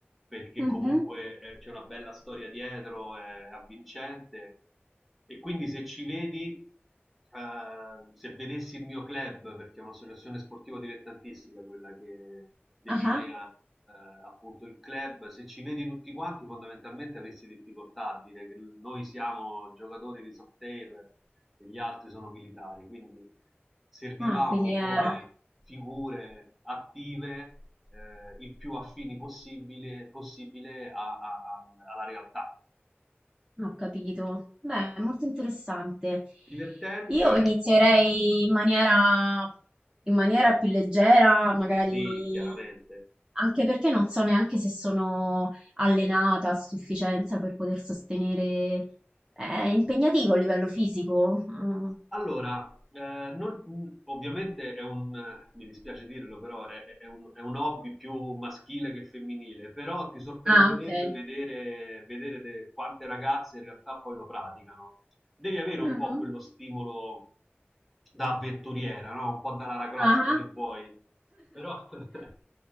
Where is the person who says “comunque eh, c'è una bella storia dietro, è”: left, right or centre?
Centre